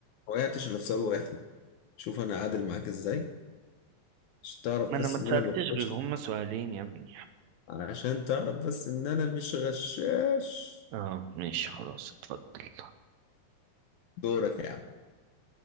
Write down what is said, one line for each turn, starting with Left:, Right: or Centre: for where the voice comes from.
Left: ما وقعتش إلا في سؤال واحد شوف أنا عادل معاك إزاي عشان تعرف
Right: ما انا
Left: بس
Right: ما اتسألتش
Left: إن أنا ما بغش
Right: غير هما سؤالين يا ابني
Left: عشان تعرف بس إن أنا مش غشاش
Right: اه ماشي خلاص اتفضل
Left: دورك يا عم